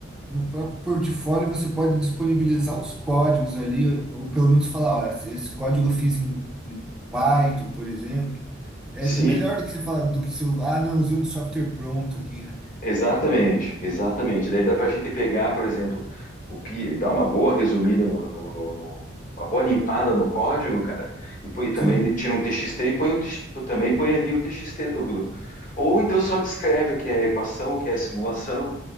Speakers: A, in the centre; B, on the left.
A: no próprio portfólio você pode disponibilizar os códigos ali, ou pelo menos falar, ó, esse, esse código eu fiz em, em Python, por exemplo. É,
B: sim
A: é melhor do que você falar, do que se, eu- ah, não, usei um software pronto aqui, né?
B: Exatamente, exatamente. Daí dá para a gente pegar, por exemplo, o pi- dar uma boa resumida no, no- no- no- uma boa limpada no código, cara, e, põe, também
A: Sim,
B: ele tira um TXT e põe o tx- também põe ali o TXT do, do- Ou então só descreve o que é a equação, o que é a simulação,